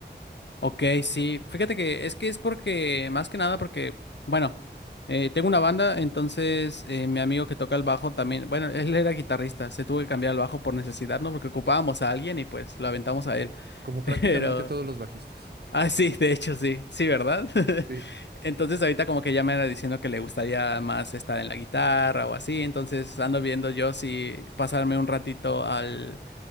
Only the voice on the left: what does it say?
Ok, sí, fíjate que es que es porque, más que nada porque, bueno, eh, tengo una banda, entonces eh, mi amigo que toca el bajo también, bueno, él era guitarrista, se tuvo que cambiar al bajo por necesidad, ¿no? Porque ocupábamos a alguien y pues lo aventamos a él,
<laughs>
pero,
ah, sí, de hecho sí, sí, ¿verdad? <laughs>
Entonces ahorita como que ya me era diciendo que le gustaría más estar en la guitarra o así, entonces ando viendo yo si pasarme un ratito al